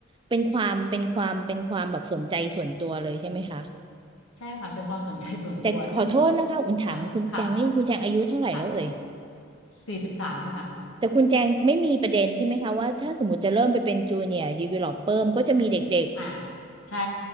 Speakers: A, on the right; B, on the left.
A: เป็นความเป็นความเป็นความแบบสนใจส่วนตัวเลยใช่ไหมคะ
B: ใช่ค่ะเป็นความสนใจส่วนตัวซึ่ง
A: แต่ขอโทษนะคะอุ่นถามคุณแจงนี่คุณแจงอายุเท่าไหร่แล้วเอ่ย
B: ค่ะค่ะค่ะสี่สิบสามค่ะ
A: แต่คุณแจงไม่มีประเด็นใช่ไหมคะว่าถ้าสมมติจะเริ่มไปเป็นจูเนียร์ดีเวลลอปเปอร์ก็จะมีเด็ก
B: อ่าใช่